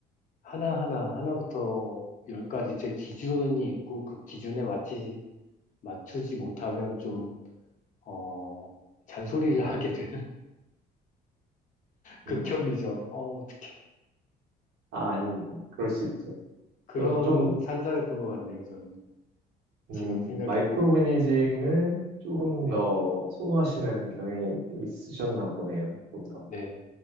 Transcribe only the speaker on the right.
음.
아, 아닙니다. 그럴 수 있죠.
어, 좀
음,
마이크로 매니징을 조금
더 선호하시는 경향이 있으셨나 보네요. 좀 더.